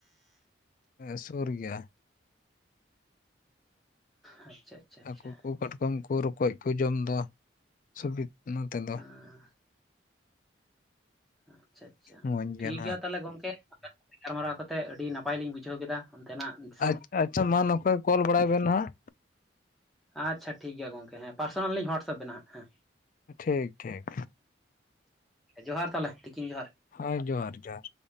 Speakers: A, on the left (about 45°); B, in the centre.
A: ᱮᱸ ᱥᱩᱨ ᱜᱮᱭᱟ
B: ᱟᱪᱪᱷᱟ ᱟᱪᱪᱷᱟ ᱟᱪᱪᱷᱟ
A: ᱦᱟᱹᱠᱩ ᱠᱚ ᱠᱟᱴᱠᱚᱢ ᱠᱚ ᱨᱚᱠᱚᱡ ᱠᱚ ᱡᱚᱢ ᱫᱚ ᱥᱩᱵᱤᱫ ᱱᱚᱛᱮ ᱫᱚ
B: ᱟᱪᱪᱷᱟ
A: <inaudible>
B: ᱟᱪᱪᱷᱟ ᱟᱪᱪᱷᱟ
A: ᱢᱚᱸᱡᱽ
B: ᱴᱷᱤᱠ
A: ᱱᱟᱦᱟᱜ
B: ᱜᱮᱭᱟ ᱛᱟᱦᱚᱞᱮ ᱜᱚᱝᱠᱮ ᱜᱟᱨᱢᱟᱨᱟᱣ ᱠᱟᱛᱮᱫ ᱟᱹᱰᱤ ᱱᱟᱯᱟᱭ ᱞᱤᱧ ᱵᱩᱡᱷᱟᱹᱣ ᱠᱮᱫᱟ ᱚᱱᱛᱮᱱᱟᱜ ᱫᱤᱥᱚᱢ
A: ᱟᱪᱪᱷᱟ ᱟᱪᱪᱷᱟ ᱢᱟ ᱱᱚᱠᱟ ᱜᱮ ᱠᱚᱞ ᱵᱟᱲᱟᱭ ᱵᱮᱱ ᱦᱟᱸᱜ
B: ᱟᱪᱪᱷᱟ ᱴᱷᱤᱠ ᱜᱮᱭᱟ ᱜᱚᱝᱠᱮ ᱦᱮᱸ ᱯᱟᱨᱥᱚᱱᱟᱞ ᱞᱤᱧ ᱦᱚᱣᱟᱴᱥᱟᱯ ᱵᱮᱱᱟ ᱦᱟᱸᱜ ᱦᱮᱸ
A: ᱴᱷᱤᱠ ᱴᱷᱤᱠ
B: ᱡᱚᱦᱟᱨ ᱛᱟᱦᱚᱞᱮ ᱛᱤᱠᱤᱱ ᱡᱚᱦᱟᱨ
A: ᱦᱳᱭ ᱡᱚᱦᱟᱨ ᱡᱚᱦᱟᱨ